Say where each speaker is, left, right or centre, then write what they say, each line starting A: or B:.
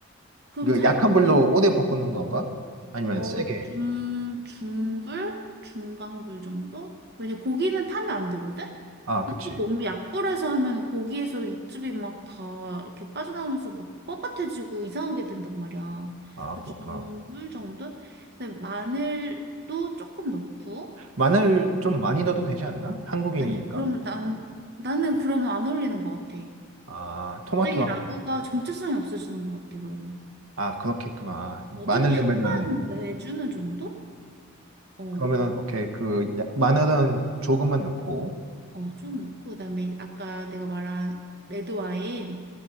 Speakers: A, on the right; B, on the right.
A: 그럼
B: 그
A: 잘
B: 약한
A: 볶은
B: 불로 오래 볶는 건가? 아니면
A: 어,
B: 세게?
A: 중, 중불? 중강불 정도? 왜냐, 고기는 타면 안 되거든?
B: 아,
A: 근데
B: 그치.
A: 또 너무 약불에서 하면 고기에서 육즙이 막 다 이렇게 빠져나오면서 막 뻣뻣해지고 이상하게 된단 말이야.
B: 아,
A: 그래서
B: 그렇구나.
A: 중불 정도? 근데 마늘도 조금 넣고.
B: 마늘 좀 많이 넣어도 되지 않나? 한국인이니까.
A: 아니야, 그러면 난, 나는 그러면 안 어울리는 것 같아.
B: 아, 토마토랑.
A: 갑자기 라구가 정체성이 없어지는 것 같아, 그러면.
B: 아, 그렇겠구나.
A: 어,
B: 마늘
A: 좀 향만
B: 넣으면은,
A: 내주는 정도? 어.
B: 그러면은, 오케이. 그, 야- 마늘은 조금만 넣고.
A: 어, 좀 넣고, 그다음에 아까 내가 말한 레드 와인